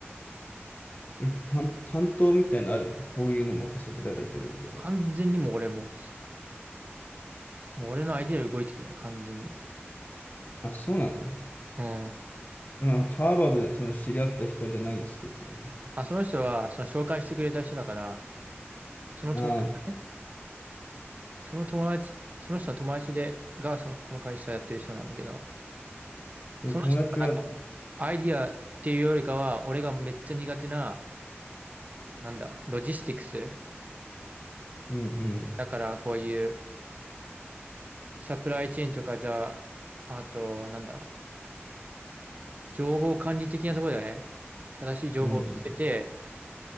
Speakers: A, on the left; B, on the right.
A: え、担、担当みたいなのあるのこういうの任せてられてるみたいな。
B: 完全にもう俺もう、もう俺のアイデアより動いてるよね、完全に。
A: あ、そうなの
B: うん。
A: そのハーバードでその知り合った人じゃ何作ってんの
B: あ、その人は、その紹介してくれた人だから、その友達がね、
A: ああ、
B: その友達、その人の友達で、が、その、この会社やってる人なんだけど、
A: その友達は、
B: その人がなんか、アイディアっていうよりかは、俺がめっちゃ苦手な、なんだ、ロジスティクス。
A: うんうん、
B: だからこういうサプライチェーンとかじゃあ、あと、なんだ、情報管理的なところだよね。正しい情報を見つけて、
A: うんうん、